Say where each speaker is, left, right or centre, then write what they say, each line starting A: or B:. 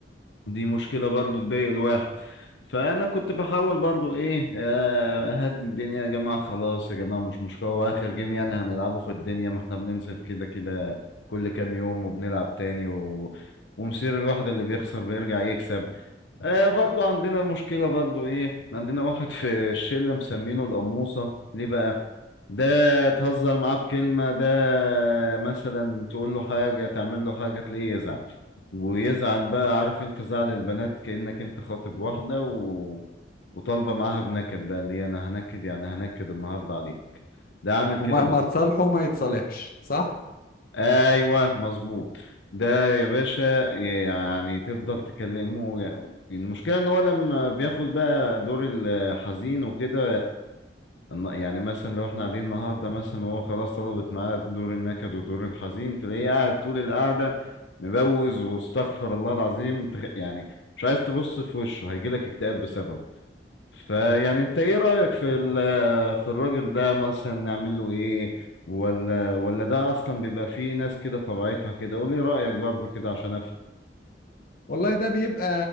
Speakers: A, on the left (about 75°); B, on the left (about 55°).
A: دي مشكله برضو تضايق الواحد فانا كنت بحاول برضو ايه آه، اهدي الدنيا يا جماعه خلاص يا جماعه مش مشكله واخر جيم يعني هنلعبه في الدنيا ما احنا بننزل كده كده كل كام يوم وبنلعب تاني و... ومصير الواحد اللي بيخسر بيرجع يكسب آه برضو عندنا مشكلة برضو ايه عندنا واحد في الشلة مسمينه القموصة ليه بقى ده تهزر معاه بكلمة ده مثلا تقول له حاجة تعمل له حاجة تلاقيه يزعل ويزعل بقى عارف انت زعل البنات كأنك انت خاطب واحدة و... وطالبة معاها بنكد بقى اللي هي انا هنكد يعني هنكد النهاردة عليك ده عامل
B: ومهما
A: كده بس
B: تصالحه ما يتصالحش صح
A: ايوه مظبوط ده يا باشا يعني تفضل تكلمه المشكله ان هو لما بياخد بقى دور الحزين وكده يعني مثلا لو احنا قاعدين النهارده مثلا وهو خلاص طلبت معاه دور النكد ودور الحزين تلاقيه قاعد طول القعده مبوز واستغفر الله العظيم تخ- يعني مش عايز تبص في وشه هيجيلك اكتئاب بسببه فيعني انت ايه رأيك في ال- في الراجل ده مثلا نعمل له ايه ولا ولا ده اصلا بيبقى فيه ناس كده طبيعتها كده قول لي رأيك برضو كده عشان افهم
B: والله ده بيبقى